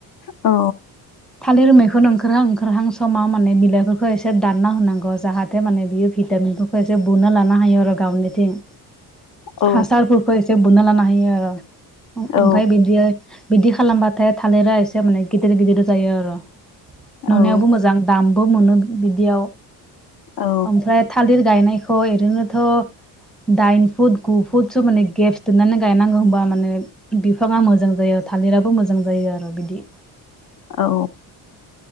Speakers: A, on the left (about 55°); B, in the centre.
A: औ
B: थालिर मैखुन ओंखारहां ओंखारहां समाव माने बिलाइफोरखौ एसे दानना होनांगौ जाहाथे जाथे माने बियो भिटामिनफोरखौ एसे बुनो लानो हायो आरो गावनिथिं।
A: औ
B: हासारफोरखौ एसे बोना लानो हायो
A: औ
B: ओफाय बिदियो बिदि खालामबाथाय थालिरा एसे माने गिदिर गिदिर जायो आरो नुनायावबो
A: औ
B: मोजां दामबो मोनो बिदियाव
A: औ
B: ओमफ्राय थालिर गायनायखौ ओरैनोथ' दाइन फुट गु फुटसो माने गेप्स दोननानै गायनांगौ होमबा माने बिफाङा मोजां जायो थालिराबो मोजां जायो आरो बिदि।
A: औ